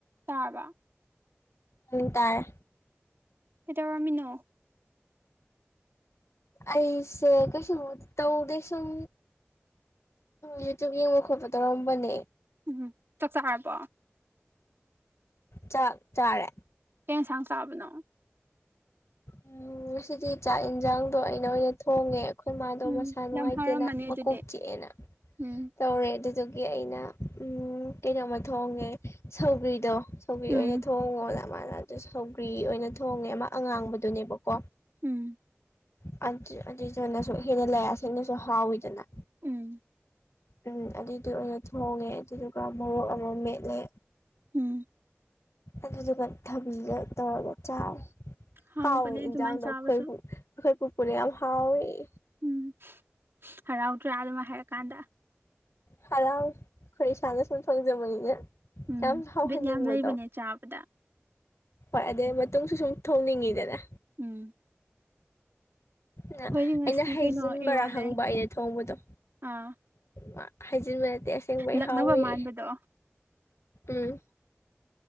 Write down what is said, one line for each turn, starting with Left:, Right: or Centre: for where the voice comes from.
Right: ꯇꯥꯕ꯭ꯔꯥ
Left: ꯎꯡ ꯇꯥꯔꯦ
Right: ꯀꯩꯗꯧꯔꯝꯃꯤꯅꯣ
Left: ꯑꯩꯁꯦ ꯀꯩꯁꯨꯕꯨꯗꯤ ꯇꯧꯗꯦ ꯁꯨꯝ ꯌꯨ-ꯇ꯭ꯌꯨꯕ ꯌꯦꯡꯕ ꯈꯣꯠꯄ ꯇꯧꯔꯝꯕꯅꯦ
Right: ꯎꯝ ꯆꯥꯛ ꯆꯥꯔꯕꯣ
Left: ꯆꯥꯛ ꯆꯥꯔꯦ
Right: ꯀꯩ ꯌꯦꯟꯁꯥꯡ ꯆꯥꯕꯅꯣ
Left: ꯎꯝ ꯉꯁꯤꯗꯤ ꯆꯥꯛ ꯌꯦꯟꯁꯥꯡꯗꯣ ꯑꯩꯅ ꯑꯣꯏꯅ ꯊꯣꯡꯉꯦ ꯑꯩꯈꯣꯏ ꯃꯥꯗꯣ
Right: ꯎꯝ
Left: ꯃꯁꯥ ꯅꯨꯡꯉꯥꯏꯇꯦꯅ
Right: ꯌꯥꯝ ꯍꯥꯎꯔꯝꯃꯅꯤ
Left: ꯃꯀꯣꯛ
Right: ꯑꯗꯨꯗꯤ
Left: ꯆꯤꯛꯑꯦꯅ
Right: ꯎꯝ
Left: ꯇꯧꯔꯦ ꯑꯗꯨꯗꯒꯤ ꯑꯩꯅ ꯀꯩꯅꯣꯝꯃ ꯊꯣꯡꯉꯦ ꯁꯧꯒ꯭ꯔꯤꯗꯣ ꯁꯧꯒ꯭ꯔꯤ
Right: ꯎꯝ
Left: ꯑꯣꯏꯅ ꯊꯣꯡꯉꯣꯅ ꯃꯥꯅ ꯑꯗꯨ ꯁꯧꯒ꯭ꯔꯤ ꯑꯣꯏꯅ ꯊꯣꯡꯉꯦ ꯑꯃ ꯑꯉꯥꯡꯕꯗꯨꯅꯦꯕꯀꯣ
Right: ꯎꯝ
Left: ꯑꯗꯨ ꯑꯗꯨꯏꯗꯨꯅꯁꯨ ꯍꯦꯟꯅ ꯑꯁꯤ ꯅꯁꯨ ꯍꯥꯎꯋꯤꯗꯅ
Right: ꯎꯝ
Left: ꯎꯝ ꯑꯗꯨꯏꯗ‌ꯣ ꯑꯣꯏꯅ ꯊꯣꯡꯉꯦ ꯑꯗꯨꯗꯨꯒ ꯃꯣꯔꯣꯛ ꯑꯃ ꯃꯦꯠꯂꯦ
Right: ꯎꯝ
Left: ꯑꯗꯨꯗꯨꯒ ꯊꯥꯕꯤꯒ ꯇꯧꯔꯒ ꯆꯥꯔꯦ
Right: ꯍꯥꯎꯕꯅꯦ
Left: ꯍꯥꯎꯋꯦ
Right: ꯑꯗꯨꯃꯥꯏꯅ
Left: ꯏꯟꯖꯥꯡꯗꯣ
Right: ꯆꯥꯕꯁꯨ
Left: ꯑꯩꯈꯣꯏꯒꯤ ꯑꯩꯈꯣꯏ ꯄꯨꯨꯄꯨꯔꯦ ꯌꯥꯝ ꯍꯥꯎꯋꯦꯌꯦ
Right: ꯎꯝ ꯍꯔꯥꯎꯗ꯭ꯔꯥ ꯑꯗꯨꯃꯥꯏ ꯍꯥꯏꯔꯛꯀꯥꯟꯗ
Left: ꯍꯔꯥꯎꯌꯦ ꯑꯩꯈꯣꯏ ꯏꯁꯥꯅꯁꯨ ꯊꯣꯡꯖꯕꯅꯤꯅ
Right: ꯎꯝ
Left: ꯌꯥꯝ ꯍꯥꯎꯍꯟꯅꯤꯡꯕꯗꯣ
Right: ꯕꯤꯠ ꯌꯥꯝ ꯂꯩꯕꯅꯦ ꯆꯥꯕꯗ
Left: ꯍꯣꯏ ꯑꯗꯨꯏ ꯃꯇꯨꯡꯁꯨ ꯁꯨꯝ ꯊꯣꯡꯅꯤꯡꯉꯤꯗꯅ
Right: ꯎꯝ
Left: ꯅꯥ
Right: ꯑꯩꯈꯣꯏꯗꯤ ꯉꯁꯤ
Left: ꯑꯩꯅ ꯍꯩꯖꯤꯟꯕꯥꯔꯥ
Right: ꯀꯩꯅꯣ ꯏꯔꯣꯜꯂꯦ
Left: ꯍꯪꯕ ꯑꯩꯅ ꯊꯣꯡꯕꯗꯣ
Right: ꯑꯥ
Left: ꯃꯥ ꯍꯥꯏꯖꯤꯟꯕꯩ ꯅꯠꯇꯦ ꯑꯁꯦꯡꯕꯩ
Right: ꯂꯛꯅꯕ
Left: ꯍꯥꯎꯋꯦꯌꯦ
Right: ꯃꯥꯟꯕꯗꯣ
Left: ꯎꯝ